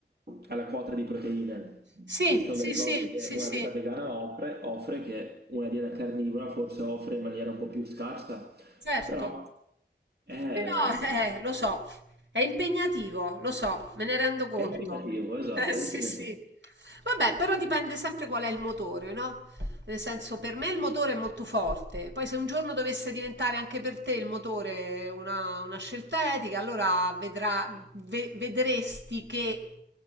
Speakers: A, on the right (about 60°); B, on the right (about 85°).
A: alla quota di proteine.
B: Sì,
A: Ci sono
B: sì,
A: delle
B: sì,
A: cose che
B: sì,
A: una
B: sì,
A: dieta vegana offre, offre che una dieta carnivora forse offre in maniera un po' più scarsa,
B: certo.
A: però è,
B: Però, eh, lo so, è impegnativo, lo so, me ne rendo conto.
A: è impegnativo,
B: <laughs>
A: esatto,
B: Eh, sì,
A: è impegnativo.
B: sì. Vabbè, però dipende sempre qual è il motore, no? Nel senso, per me il motore è molto forte. Poi se un giorno dovesse diventare anche per te il motore una, una scelta etica, allora vedrà, ve- vedresti che